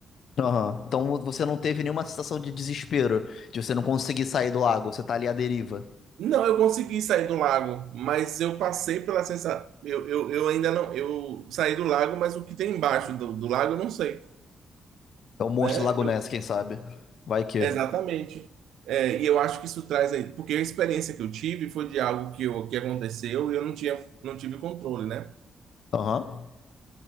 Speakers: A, on the left (about 65°); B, on the right (about 85°).
A: Aham. Então você não teve nenhuma sensação de desespero, de você não conseguir sair do lago, você tá ali à deriva.
B: Não, eu consegui sair do lago, mas eu passei pela sensação. Eu, eu, eu ainda não. Eu saí do lago, mas o que tem embaixo do, do lago eu não sei,
A: É o monstro
B: né?
A: do Lago Ness, quem sabe? Vai que.
B: Exatamente. É, e eu acho que isso traz aí, porque a experiência que eu tive foi de algo que, eu, que aconteceu e eu não tinha, não tive controle, né?
A: Aham.